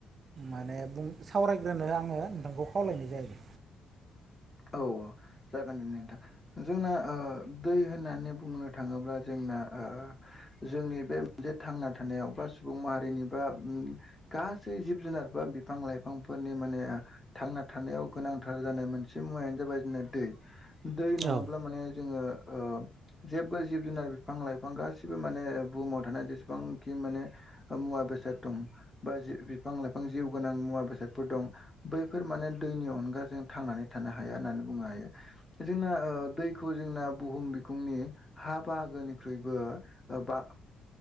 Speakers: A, on the right; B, on the left.
A: माने बुं सावरायग्रोनो आङो नोंथांखौ खावलायनाय जायोै
B: औ औ जागोन दे नोंथां जोंना ओ दै होननानै बुंनो थाङोब्ला जोंना ओ जोंनि बे मोनसे थांना थानायाव बा सुबुं माहारिनि ओम बा गास सै जिब जुनार बा बिफां लाइफांफोरनि माने थांना थानायाव गोनांथार जानाय मोन से मुवायानो जाबाय जोंना दै दै नङाब्ला
A: औ
B: माने जोङो ओ जेबो जिब जुनार बिफां लाइफां गासिबो माने बुहुमाव थानाय जेसेबांखि माने मुवा बेसाद दं बा बिफां लाइफां जिउ गोनां मुवा बेसादफोर दं बैफोर माने दैनि अनगाजों थांनानै थानो हाया होननानै बुंनो हायो जोंना दैखौ जोंना बुहुम बिखुंनि हा बाहागोनिख्रुइबो बां